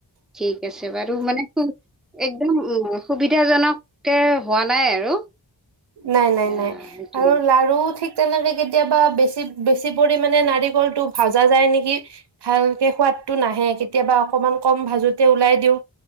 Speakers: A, in the centre; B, on the right.
A: ঠিক আছে বাৰু মানে একদম উম, সুবিধাজনকে হোৱা নাই আৰু।
B: নাই, নাই,
A: আহ
B: নাই
A: সেইটোৱে
B: আৰু লাৰু ঠিক তেনেকে কেতিয়াবা বেছি, বেছি পৰিমাণে নাৰিকলটো ভাজা যায় নেকি, ভালকে সোৱাদটো নাহে কেতিয়াবা অকণমান কম ভাজোতে ওলাই দিওঁ